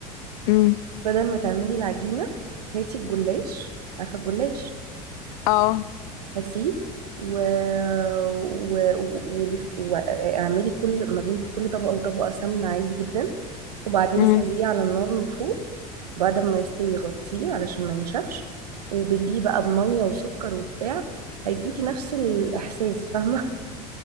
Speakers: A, on the left; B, on the right.
A: امم
B: بدل ما تعملي العجينة هاتي الجلاش عارفة الجلاش
A: اه
B: هاتيه و... و... و... ولف... واعملي كل ما بين كل طبقة وطبقة سمنة عادي جدا وبعدين
A: امم
B: سويه على النار من فوق بعد ما يستوي غطيه علشان ما ينشفش وبليه بقى بمية وسكر وبتاع هيديكي نفس الإحساس فاهمة